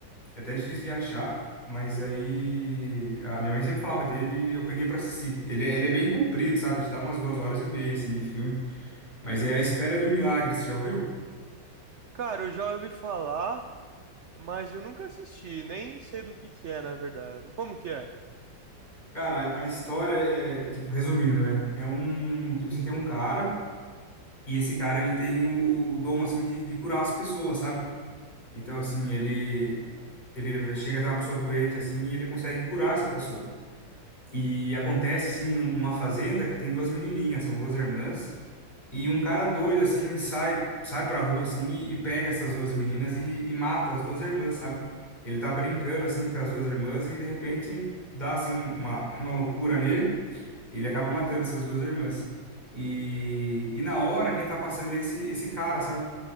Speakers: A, on the left; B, on the right.
A: É até difícil de achar, mas aí a minha mãe sempre falava dele e eu peguei pra assistir. Ele, é- ele é bem comprido, sabe? Te dá umas duas horas e meia, assim, de filme. Mas é A Espera de um Milagre, você já ouviu?
B: Cara, eu já ouvi falar, mas eu nunca assisti. Nem sei do que que é, na verdade. Como que é?
A: Cara, a, a história é, é, tipo, resumindo, né? É um, tipo assim, tem um cara e esse cara, ele tem o, o dom, assim, de, de curar as pessoas, sabe? Então, assim, ele, ele chega a ter uma pessoa doente, assim, e ele consegue curar essa pessoa. E acontece, assim, num- numa fazenda que tem duas menininhas, são duas irmãs. E um cara doido, assim, sai, sai pra rua, assim, e, e pega essas duas meninas e, e mata as duas irmãs, sabe? Ele tá brincando, assim, com as duas irmãs e, de repente, dá, assim, uma, <laughs> uma loucura nele. E ele acaba matando essas duas irmãs. E, e na hora, quem tá passando é esse, esse cara, sabe?